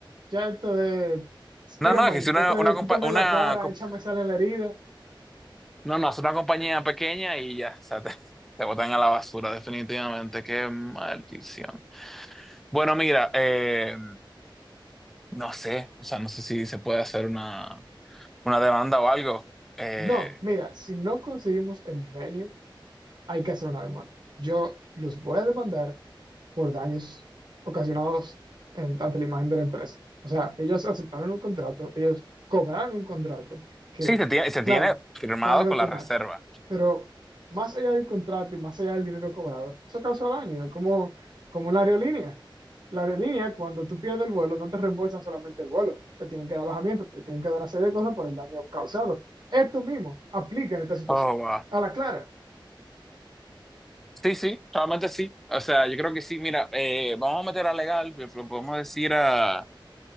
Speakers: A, on the right (about 60°); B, in the centre.
A: ya esto es, tiro
B: No, no,
A: My,
B: es que es una,
A: esto
B: una,
A: es escúpeme
B: compa- una
A: en la cara,
B: co-
A: échame sal en la herida.
B: no, no, es una compañía pequeña y ya, o sea, te, te botan a la basura definitivamente. Qué maldición. Bueno, mira, eh, no sé, o sea, no sé si se puede hacer una, una demanda o algo. Eh,
A: No, mira, si no conseguimos el venue, hay que hacer una demanda. Yo los voy a demandar por daños ocasionados en, tanto la imagen de la empresa. O sea, ellos aceptaron un contrato, ellos cobraron un contrato que,
B: Sí, se tiene, se
A: claro,
B: tiene firmado
A: van
B: con
A: a retornar.
B: la reserva.
A: Pero más allá del contrato y más allá del dinero cobrado, eso causa daño, es como, como la aerolínea. La aerolínea, cuando tú pierdes el vuelo, no te reembolsan solamente el vuelo, te tienen que dar alojamiento, te tienen que dar una serie de cosas por el daño causado. Esto mismo aplica en esta situación.
B: Oh, wow.
A: A la clara.
B: Sí, sí, realmente sí. O sea, yo creo que sí. Mira, eh, vamos a meter a legal, p- p- podemos decir a,